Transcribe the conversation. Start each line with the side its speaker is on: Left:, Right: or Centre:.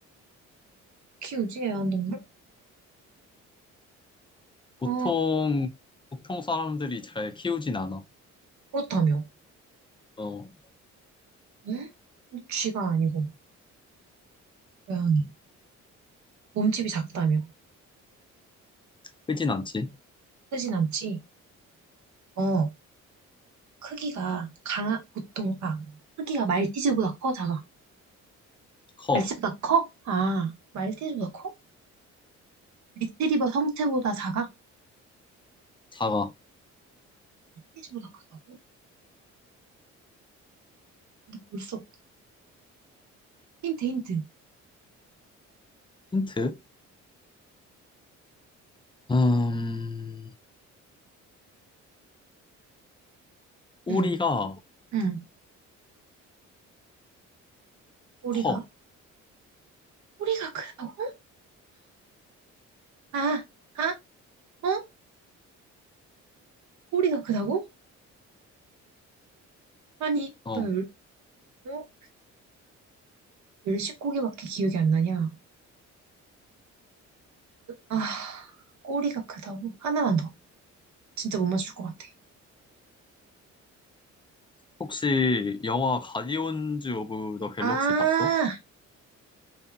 Right: 키우지? 애완동물?
Left: 보통,
Right: 어,
Left: 보통 사람들이 잘 키우진 않아.
Right: 그렇다며.
Left: 어,
Right: 응? 쥐가 아니고, 고양이. 몸집이 작다며.
Left: 크진 않지.
Right: 크진 않지? 어, 크기가 강한, 보통, 아, 크기가 말티즈보다 커, 작아?
Left: 커,
Right: 말티즈보다 커? 아, 말티즈보다 커? 리트리버 성체보다 작아?
Left: 작아.
Right: 말티즈보다 크다고? 근데 벌써 힌트 힌트.
Left: 힌트? 음, 꼬리가
Right: 응, 응. 꼬리가
Left: 커.
Right: 꼬리가 크다고? 아, 아, 어? 꼬리가 크다고? 아니,
Left: 어.
Right: 너 열, 어? 열시고기밖에 기억이 안 나냐? 아, 꼬리가 크다고? 하나만 더. 진짜 못 맞출 것 같아.
Left: 혹시 영화 가디언즈 오브 더 갤럭시
Right: 아,
Left: 봤어?